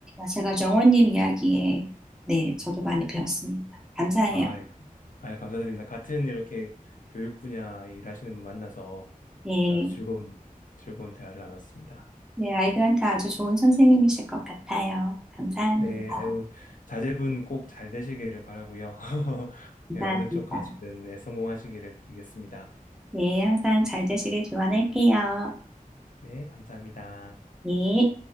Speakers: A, in the centre; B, on the left.
A: 제가 정원님 이야기에 네, 저도 많이 배웠습니다. 감사해요.
B: 아, 아, 감사드립니다. 같은 이렇게 교육 분야에 일하시는 분 만나서
A: 네,
B: 아, 즐거운, 즐거운 대화를 나눴습니다.
A: 네, 아이들한테 아주 좋은 선생님이실 것 같아요. 감사합니다.
B: 네, 아유, 자제분 꼭 잘 되시기를 바라고요. <laughs>
A: 감사합니다.
B: 네, 어느 쪽 가시든 네, 성공하시기를 빌겠습니다.
A: 네, 항상 잘 되시길 기원할게요.
B: 네, 감사합니다.
A: 네.